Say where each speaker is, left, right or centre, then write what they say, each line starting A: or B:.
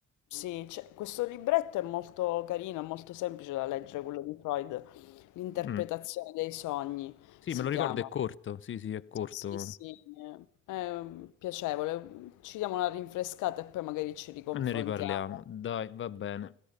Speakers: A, on the left (about 80°); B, on the left (about 40°).
A: sì, c'è- questo libretto è molto carino, è molto semplice da leggere, quello di Freud, L'interpretazione
B: Mm.
A: dei sogni
B: Sì,
A: si
B: me lo ricordo,
A: chiama.
B: è corto, sì, sì, è corto.
A: Sì, sì, eh, è piacevole. Ci diamo una rinfrescata e poi magari ci riconfrontiamo.
B: Ne riparliamo, dai, va bene.